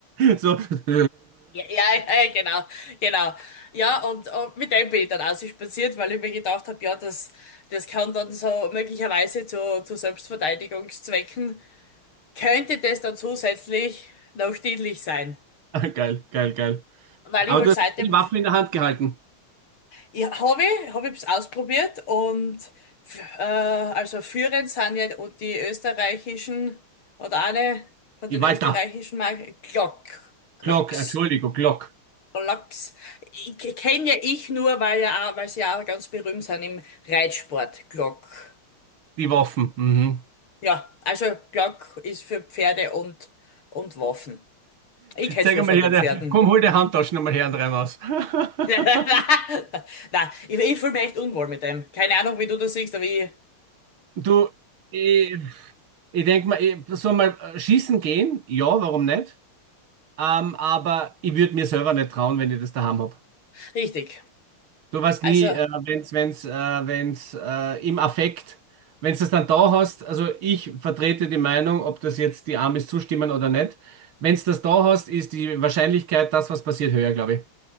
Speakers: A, on the right; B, on the left.
A: So. <laughs>
B: Ja, ja, <laughs> ja, genau, genau. Ja, und, und mit dem bin ich dann auch so spaziert, weil ich mir gedacht habe, ja, das, das kann dann so möglicherweise zu, zu Selbstverteidigungszwecken, könnte das dann zusätzlich noch dienlich sein.
A: Geil, geil, geil.
B: Weil
A: Aber
B: ich halt
A: du
B: seitdem,
A: hast die Waffen in der Hand gehalten.
B: ja, habe ich, habe ich es ausprobiert und f- äh, also führend sind ja die österreichischen, oder eine von
A: Die
B: den
A: Walter.
B: österreichischen Marken, Glock, Glocks.
A: Glock, Entschuldigung, Glock.
B: Lachs kenne ja ich nur, weil ja, auch- weil sie ja auch ganz berühmt sind im Reitsport, Glock.
A: Die Waffen. Mhm.
B: Ja, also Glock ist für Pferde und, und Waffen. Ich kenn's
A: Zeig
B: nur von
A: mal her,
B: den Pferden.
A: der, komm, hol die Handtaschen nochmal her und rein raus. <laughs>
B: <laughs> Na, ich, ich fühle mich echt unwohl mit dem. Keine Ahnung, wie du das siehst, aber ich.
A: Du, ich, ich denke mal, ich soll mal äh, schießen gehen. Ja, warum nicht? Ähm, aber ich würde mir selber nicht trauen, wenn ich das daheim habe.
B: Richtig.
A: Sowas
B: Also,
A: nie, äh, wenn's, wenn's, äh, wenn's äh, im Affekt, wenn's das dann da hast, also ich vertrete die Meinung, ob das jetzt die Amis zustimmen oder nicht, wenn's das da hast, ist die Wahrscheinlichkeit, dass was passiert, höher, glaube ich.